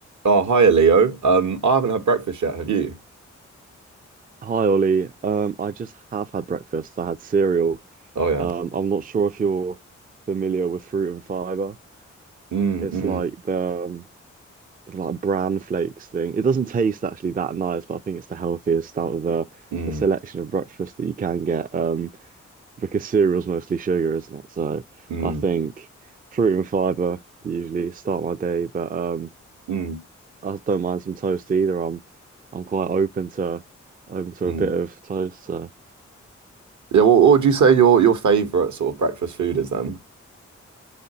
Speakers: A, on the right (about 70°); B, on the right (about 30°).
A: Oh, hiya, Leo. Um, I haven't had breakfast yet, have you?
B: Hi Ollie. Um, I just have had breakfast. I had cereal.
A: Oh yeah.
B: Um, I'm not sure if you're familiar with fruit and fiber.
A: Mm,
B: It's
A: mm,
B: like the um, it's like bran flakes thing. It doesn't taste actually that nice, but I think it's the healthiest out of the
A: mm,
B: the selection of breakfast that you can get. Um, because cereal's mostly sugar, isn't it? So
A: mm,
B: I think fruit and fiber usually start my day, but um,
A: mm,
B: I don't mind some toast either. I'm I'm quite open to open to
A: mm.
B: a bit of toast. So.
A: Yeah, well, what would you say your your favorite sort of breakfast food is then?